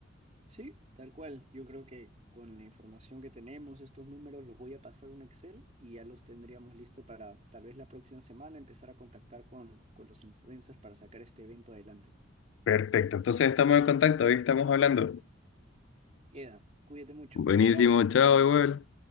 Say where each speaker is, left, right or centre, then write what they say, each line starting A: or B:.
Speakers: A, on the right (about 35°); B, on the left (about 70°).
A: Sí, tal cual. Yo creo que con la información que tenemos, estos números los voy a pasar a un Excel y ya los tendríamos listo para tal vez la próxima semana empezar a contactar con, con los influencers para sacar este evento adelante.
B: Perfecto, entonces estamos en contacto, hoy estamos hablando.
A: Queda, cuídate mucho.
B: Buenísimo,
A: Chao.
B: chao, igual.